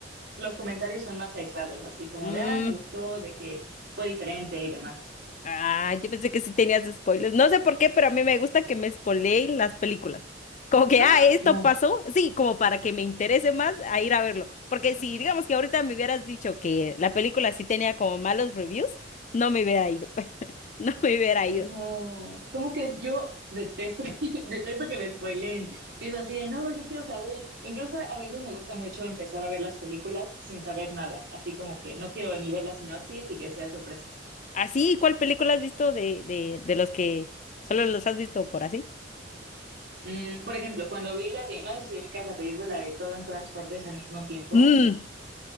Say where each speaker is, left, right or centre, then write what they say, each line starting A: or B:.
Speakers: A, on the right; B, on the left.
A: los comentarios son más aislados, así como
B: Mm,
A: de, ah, me gustó, de que fue diferente y demás.
B: ah, yo pensé que sí tenías spoilers. No sé por qué, pero a mí me gusta que me spoileen las películas. Como que,
A: ¡Ah!
B: ah, esto
A: No,
B: pasó. Sí, como para que me interese más a ir a verlo. Porque si, digamos que ahorita me hubieras dicho que la película sí tenía como malos reviews, no me hubiera ido. <laughs> No me hubiera
A: no,
B: ido.
A: ¿cómo crees? Yo detesto, <laughs> detesto que me spoileen. Si es así de, no, yo quiero saber. Incluso a veces me gusta mucho empezar a ver las películas sin saber nada, así como que no quiero ni ver la sinopsis y que sea sorpresa.
B: Así, ¿cuál película has visto de, de, de los que solo los has visto por así?
A: Mm, por ejemplo, cuando vi la de, no sé si ubicas la película de todo en todas partes al mismo tiempo,
B: Mm,